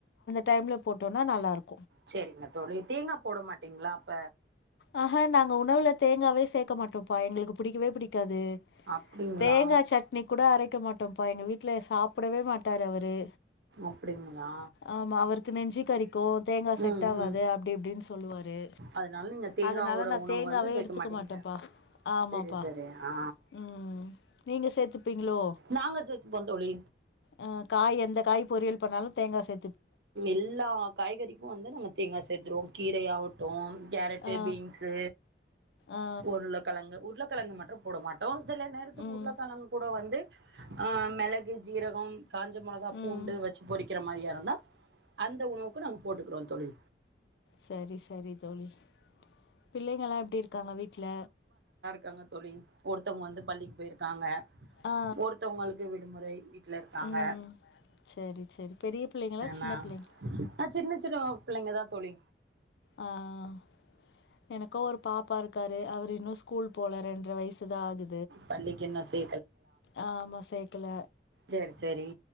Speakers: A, on the left; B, on the right.
A: டைம்ல போட்டோம்ன்னா நல்லாருக்கும்
B: செரிங்க தோழி தேங்கா போட மாட்டீங்களா அப்ப
A: ஆ நாங்க உணவுல தேங்காவே சேர்க்க மாட்டோம் எங்களுக்கு பிடிக்கவே பிடி க்கது
B: அப்டிங்களா
A: தேங்கா சட்னி கூட அரக்க மாட்டோம் பங்க வீட்டு ல சாப்ப போடவே மாட்டார் அவரு
B: அப்டிங்களா
A: ஆமா அவருக்கு நெஞ்சு தரி தேங்கா செட்
B: ம்
A: ஆகாது
B: ம்
A: அப்டி இப்டின்னு சொல்லுவாரு
B: அதனால நீங்க தேங்காவோட
A: அதனால நான
B: உணவு
A: தேங்காவே
B: வந்து சேக்க
A: எடுத்துக்க
B: மாட்டீங்க
A: மாட்டேன்ப்பா ஆமாப்பா
B: செரி செரி ஆ
A: உ நீங்க சேத்து பிலோ
B: நாங்க சேத்துப்போ தோழி
A: அ காய் எந்த காய் பொரியியல் பண்ணாலும் தேங்கா சே
B: எல்லா காய்கறிக்கும் வந்து நாங்க தேங்கா சேத் செத்துருவோம் கீரயாகட்டும் கேரட்டு
A: ஆ
B: பீன்ஸ்
A: ஆ
B: உருளக்கிழங்கு ஊருல கிழங்கு மற்றும் போட மாட்டோம் சில நேரத்துக்கு
A: ம்
B: உருளக்கலங்க கூட வந்து ஆஹ் மிளகு ஜீரகம் காஞ்ச மிளகா
A: ம்
B: பூண்டு வச்சு பொறிக்கிற மாதிரியா இருந்தா அந்த உணவுக்கு நாங்க போட்டுக்கிறோம் தொழி
A: செரி செரி தோழி புள்ளைங்கல்லாம் எப்டி இருக்காங்க வீட்டு்ல
B: கங்கத்தொளி ஒருத்தவங்க வந்து பள்ளிக்கு போயிருக்காங்க
A: ஆ
B: ஒருத்தவங்களுக்கு முறை விட்டு வீட்ல இருக்காங்க
A: ஆ ம் சரி சரி பெரிய பிள்ளைங்களா சின்ன
B: நா
A: பிள்ளைங்க
B: ஆஹ் சின்ன சின்ன புள்ளைங்கதான் தா தொழி
A: ஆஹ் எனக்க ஒரு பாப் ரு அவர் இன்னும் ஸ்கூல் போல ரென்ற வயசு ஆது
B: பள்ளிக்கு என்ன சே
A: ஆ ஆமா சேக் அகல
B: செரி செரி